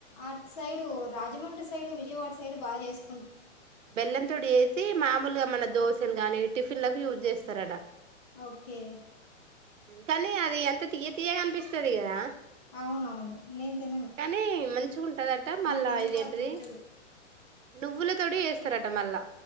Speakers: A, on the left; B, on the right.
A: అట్ side Rajahmundry side Vijayawada side బాగ చేసు
B: బెల్లం తోడి జేసి మామూలుగా మన దోశలు గాని టిఫిన్ లకు యూజ్ చేస్తరట
A: ఓకే
B: కానీ అది ఎంత తియ్య తియ్యగా అనిపిస్తది కదా
A: అవునవును నేను తినను
B: కానీ మంచిగుంటదంట మళ్ళా
A: నాకెందుకో
B: ఇదేంటిది
A: అది నచ్చదు
B: నువ్వుల తోటి చేస్తరట మళ్ళా